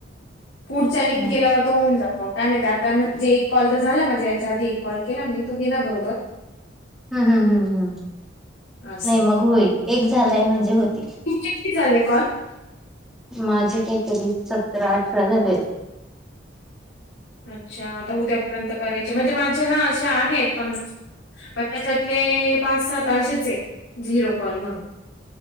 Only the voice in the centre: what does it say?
हम्म
हम्म हम्म हम्म हम्
नाई मग होईल एक झालाय म्हणजे होतील.
माझे काईतरी सतरा अठरा झालेत.